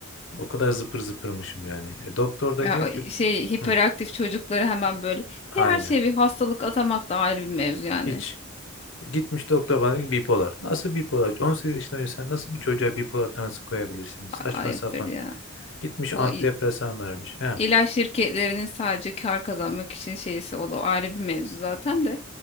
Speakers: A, on the left; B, on the left.
A: O kadar zıpır zıpırmışım yani. E, doktor da
B: Ya,
A: diyor ki
B: şey hiperaktif
A: Hı,
B: çocukları hemen böyle E,
A: aynen
B: her şeye bir hastalık atamak da ayrı bir mevzu yani.
A: hiç. E, Gitmiş doktor bana diyor ki bipolar. Nasıl bipolar? 18 yaşında önce sen nasıl bir çocuğa bipolar tanısı koyabilirsin? Saçma
B: Ayıptır
A: sapan.
B: ya.
A: Gitmiş antidepresan
B: Bu
A: vermiş. He,
B: İlaç şirketlerinin sadece kar kazanmak için şeysi o da ayrı bir mevzu zaten de.